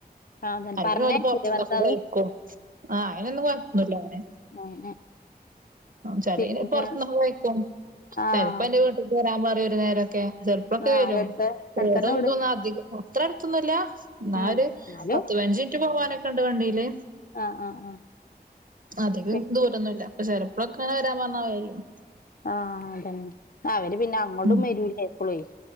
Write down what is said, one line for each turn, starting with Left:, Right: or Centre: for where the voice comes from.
Left: അതന്നെ
Right: അല്ലെ
Left: പറഞ്ഞയക്കൂലേ
Right: ഓല് പൊറത്ത്ന്നൊക്കെ
Left: ഭർത്താവ്?
Right: കഴിക്കും ആഹ് അയിനൊന്നും കൊഴപ്പല്ല അങ്ങനെ
Left: ഉം
Right: ചെലെല്
Left: പിന്നെ
Right: പോർത്തുന്നൊക്കെ കഴിക്കും
Left: ആഹ്
Right: ചെൽപ്പൊ എന്റെ വിട്ടുക്ക് വരാൻ പറയും ഒരു നേരൊക്കെ ചെലപ്പൊക്കെ
Left: ആഹ്
Right: വരും
Left: എടുത്ത് അടുത്തന്നെ
Right: <unintelligible>
Left: വീട്
Right: അധികം അത്ര അടുത്ത് നല്ല ഇന്നാ
Left: ഉം
Right: ഒര്
Left: എന്നാലും
Right: പത്തു അഞ്ച് മിനിറ്റ് പോവാനൊക്കണ്ടോ വണ്ടീല്
Left: ആഹ് ആഹ് ആഹ്
Right: അധികം
Left: പി
Right: ദൂരന്നുല്ല ചെലപ്പളൊക്കെ ഇങ്ങനെ വരാൻ പറഞ്ഞാ വരും
Left: ആഹ് അതന്നെ ആഹ് അവര് പിന്നെ ഇങ്ങ്ടും
Right: ഉം
Left: വരൂല എപ്പളും